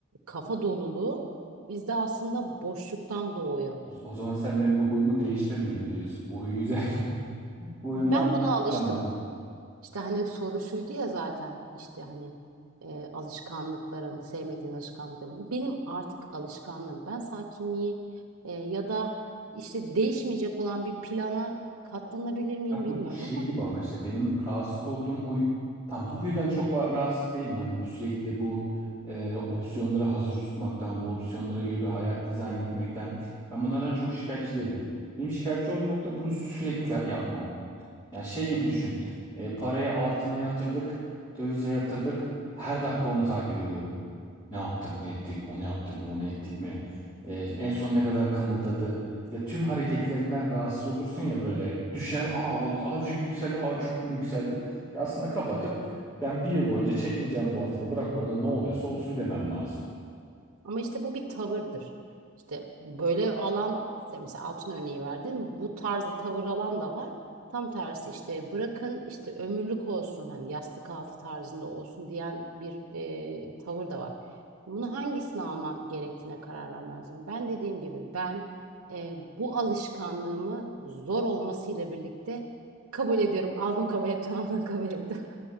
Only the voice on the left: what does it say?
O zaman sen benim bu huyumu değiştirmeyeyim mi diyorsun? Bu huy güzel. <laughs> Bu huyumdan
anlıyorsun.
Ya
bu, bu şey
gibi ama işte benim rahatsız olduğum huy tam bu huydan çok va- rahatsız değilim. Hani sürekli bu e, opsiyonları hazır tutmaktan, bu opsiyonlara göre bir hayat dizayn etmekten ben bunlardan çok şikayetçi değilim. Benim şikayetçi olduğum nokta bunu sürekli yapmam. Yani şey gibi düşün. E, parayı altına yatırdık, dövize yatırdık. Her dakika onu takip ediyorum. Ne yaptık, ne ettik, onu yaptık mı, onu ettik mi? E, en son ne kadar kımıldadı? Ya tüm hareketlerinden rahatsız olursun ya böyle düşer, aa o azıcık yükseldi, aa çok mu yükseldi? Ya aslında kapatıp ben bir yıl boyunca çekmeyeceğim bu altını. Bırak orada ne oluyorsa olsun demem lazım.